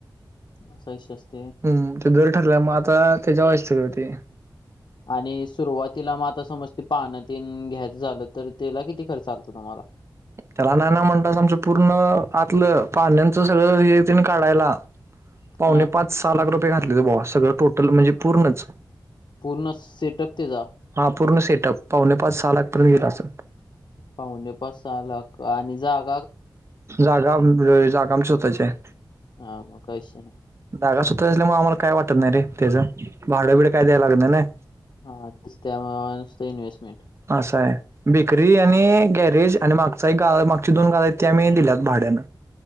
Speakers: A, on the left (about 60°); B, on the right (about 35°).
A: असा विषय असतोय होय
B: ह ते दर ठरल्या मग आता त्याच्या वय सगळ तो
A: आणि सुरुवातीला मग आता समज ते पाण तेन घ्यायचं झालं तर त्याला किती खर्च आलता तुम्हाला
B: त्याला नाही ना म्हणत आमचं पूर्ण आतलं पाण्याचं सगळं हे तेन काढायला पावणे
A: हा
B: पाच सहा लाख रुपये घातले बवा सगळं टोटल म्हणजे पूर्णच
A: पूर्ण सेटअप ते जा
B: हा पूर्ण सेटअप पावणे पाच सा लाखतपर्यंत गेला असल
A: पाहुणे पाच सहा लाख आणि जाग
B: जागाम जागाम स्वतः ची हाय
A: हा म क शी
B: जागा स्वताची असल्यामुळे आम्हाला काय वाटत नाही रे त्याचं भाडं बिड काय द्याय लागत नाही नाही
A: हा तेच त्यामुळे नुसत इन्व्हेस्टमेंट
B: असा आहे बेकरी आणि गॅरेज आणि मागचा एक गाळा मागची दोन गाळ आहेत ती आम्ही दिल्यात भाड्यान